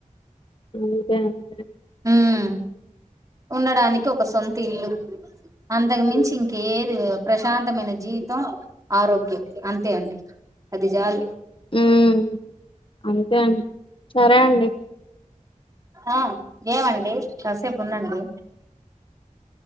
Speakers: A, on the left; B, on the right.
A: ఒకే అండి
B: ఉమ్ ఉండడానికి ఒక సొంత ఇల్లు అంతకుమించి
A: ఉమ్
B: ఇంకేది ప్రశాంతమైన జీవితం ఆరోగ్యం అంతే అండి అది చాలు
A: ఉమ్మ్ అంతే అండి సరే అండి
B: ఆ ఏవండీ కాసేమ్ <inaudible> ఉందండి